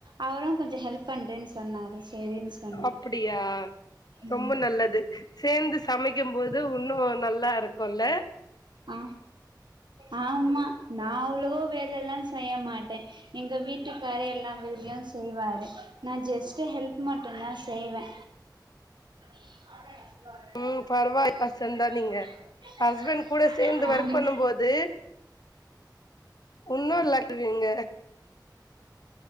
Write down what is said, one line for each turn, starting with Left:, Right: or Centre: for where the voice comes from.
Right: அவரு கொஞ்ச ஹெல்ப் பண்றேன்னு சொன்னாரு செரின்னு சொன்னே
Left: அப்பிடியா
Right: ம்
Left: ரொம்ப நல்லது சேந்து சமைக்கும் போது உன்னு நல்லா இருக்கு இல்ல
Right: ஆ ஆமா நா அவ்ளவு வேலெல்லா செய்ய மாட்டே எங்க வீட்டுக்காரு எல்லா வேலையு செய்வாரு நா ஜஸ்ட்டு ஹெல்ப் மட்டுந்தா செய்வே <unintelligible>
Left: ம் பரவாயில்ல பர்சன் தா நீங்க ஹஸ்பண்ட் கூட சேந்து ஒர்க்
Right: ஆமா
Left: பண்ணும் போது உன்னு நல்லா ஆக்குவீங்க